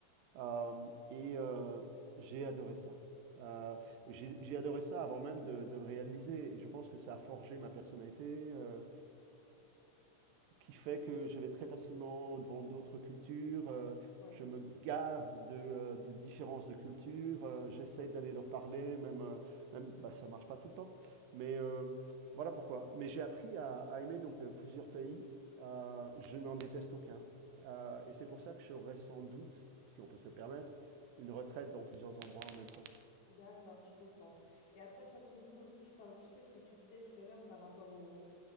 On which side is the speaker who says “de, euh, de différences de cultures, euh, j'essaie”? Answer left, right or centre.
Right